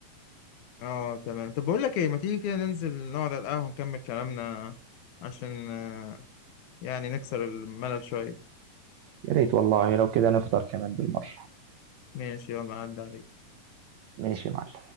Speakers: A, on the left (about 75°); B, on the right (about 80°).
A: اه تمام طب بقول لك ايه ما تيجي كده ننزل نقعد على القهوة نكمل كلامنا عشان آه، يعني نكسر الملل شوية
B: يا ريت والله لو كده نفطر كمان بالمرة
A: ماشي يلا عدى عليك
B: ماشي يا معلم